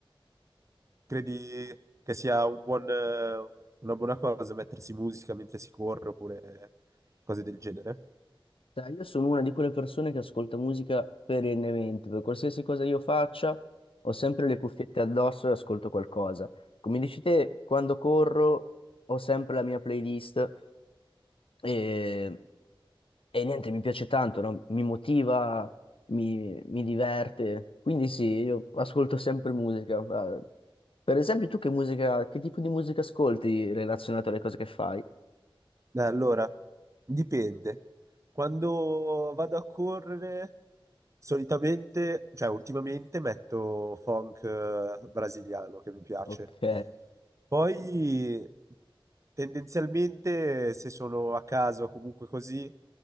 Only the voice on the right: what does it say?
credi che sia un buon, eh, una buona cosa mettersi musica mentre si corre oppure cose del genere?
Eh, Allora, dipende. Quando vado a correre, solitamente, cioè ultimamente metto funk eh, brasiliano che mi piace.
Poi tendenzialmente se sono a casa o comunque così, eh,